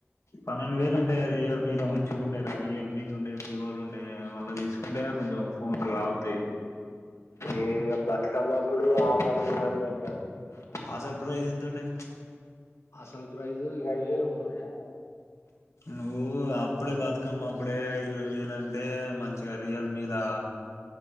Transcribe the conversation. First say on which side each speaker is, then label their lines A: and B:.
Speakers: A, on the left (about 85°); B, on the left (about 70°).
A: పన్నెండు వేలు అంటే అది రియల్ మీ మంచిగా ఉండే రా రియల్ మీ ఉండే వివోలుండే వాళ్ళ తీసుకు. ఉంటే కొంచెం ఫోన్లు ఆగుతాయి ఏ బతుకమ్మ అప్పుడు ఆఫర్ ఉన్నాయ్ అని కొన్నా అసలు ప్రైజ్ ఎంతుండే.
B: అసల్ ప్రైజ్
A: ప్రైస్
B: ఇరవై ఉండే
A: వేలు నువ్వు అప్పుడే బతుకమ్మ అప్పుడే ఇరవై వేలు అంటే మంచిగా రియల్మీలా